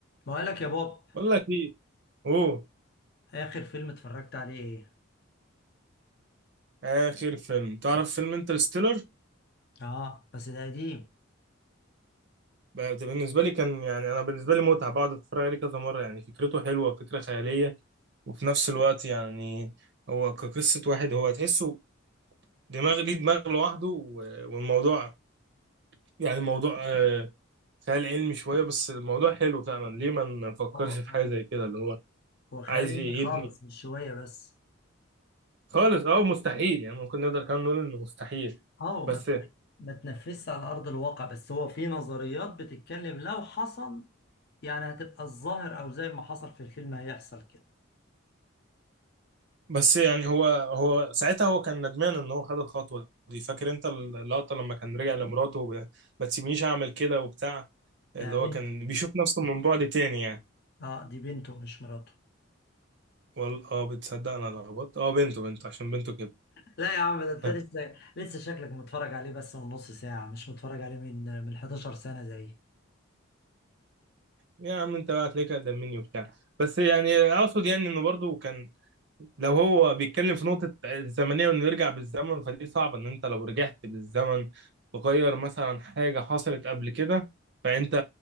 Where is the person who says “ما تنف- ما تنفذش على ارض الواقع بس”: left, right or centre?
Left